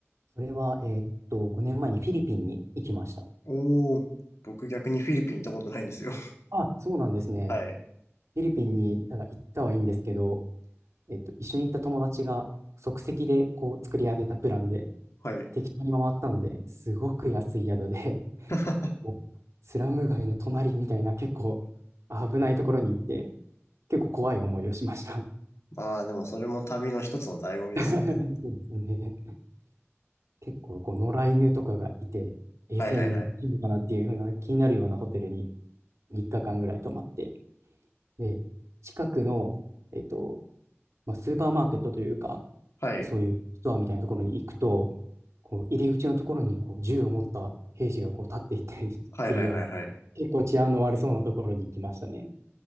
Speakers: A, on the right; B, on the left.
A: それは、えーっと、5年前にフィリピンに行きました。
B: おー、僕逆にフィリピン行ったことないんですよ。
A: あ、そうなんですね。
B: <laughs> はい、
A: フィリピンにただ行ったはいいんですけど、えっと、一緒に行った友達が即席でこう作り上げたプランで
B: はい。
A: 適当に回ったので、すごく安い宿で、
B: <laughs>
A: <laughs> もうスラム街の隣みたいな結構危ないところに行って、結構怖い思いをしました。
B: まあ、でもそれも旅の一つの醍醐味ですよね。
A: <laughs> そうですね。結構こう野良犬とかがいて、衛生面もいいのかなっていうふうな気になるようなホテルに
B: はいはいはい。
A: 3日間ぐらい泊まって、で、近くの、えっと、まあ、スーパーマーケットというか、
B: はい。
A: そういうストアみたいなところに行くと、こう入り口のところにこう銃を持った兵士がこう立っていたり <laughs>
B: はいはいはいはい。
A: するような、結構治安の悪そうなところに行きましたね。